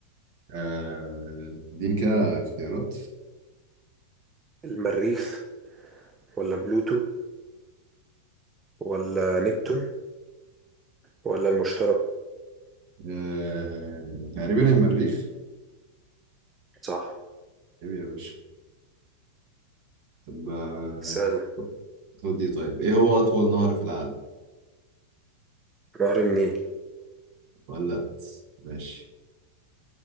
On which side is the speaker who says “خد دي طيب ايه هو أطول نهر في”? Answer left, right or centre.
Right